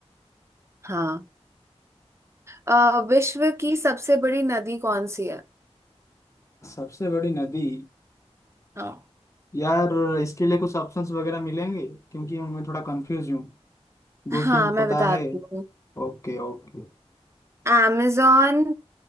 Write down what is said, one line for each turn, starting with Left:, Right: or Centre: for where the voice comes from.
Right: हाँ अ, विश्व की सबसे बड़ी नदी कौन सी है
Left: सबसे बड़ी नदी
Right: हाँ
Left: यार इसके लिए कुछ ऑप्शंस वगैरह मिलेंगे क्योंकि मैं थोड़ा कंफ्यूज हूँ दो
Right: हाँ
Left: तीन
Right: मैं
Left: पता
Right: बताती
Left: है
Right: हूँ
Left: Okay okay
Right: amazon